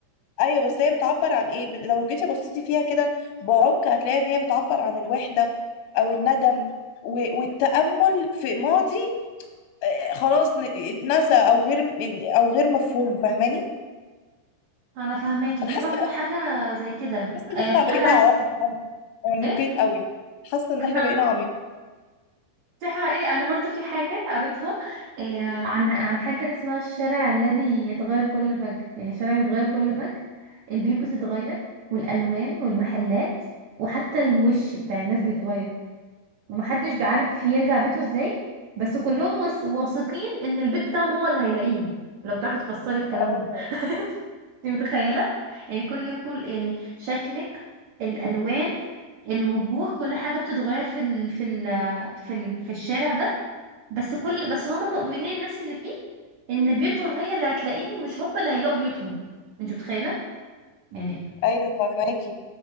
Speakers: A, on the left (about 80°); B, on the right (about 85°).
A: ايوه بس هي بتعبر عن ايه بت- لو جيتي بصيتي فيها كده بعمق هتلاقي ان هي بتعبر عن الوحدة او الندم و- والتأمل في ماضي آه، خلاص ن- اتنسى او غير او غير مفهوم فاهماني
B: انا فهماكي
A: انا
B: في
A: حاسة
B: برضو حاجة زي كده
A: حاسة ان
B: آه
A: احنا
B: في
A: بقينا
B: حاجة عايز
A: عم- عم- عميقين
B: ايه
A: قوي حاسة ان
B: <laughs>
A: احنا بقينا عميقين
B: دي حقيقة أنا برضو في حاجة قريتها آه، عن عن حاجة كده اسمها الشارع الذي يتغير كل فجر يعني الشارع بيتغير كل فجر البيوت بتتغير والألوان والمحلات وحتى الوش بتاع الناس بيتغير ومحدش بيعرف يرجع بيته ازاي بس كلهم واث- واثقين ان البيت بتاعهم هو اللي هيلاقيهم لو تعرفي تفسري الكلام
A: اه
B: ده <laughs> انت متخيلة يعني كل يوم كل يعني شكلك الألوان الوجوه كل حاجة بتتغير في ال... في ال... في ال... في الشارع ده بس كل بس هم مؤمنين الناس اللي فيه ان بيوتهم هي اللي هتلاقيهم مش هم اللي هيلاقوا بيوتهم انت متخيله يعني
A: ايوه فهماكي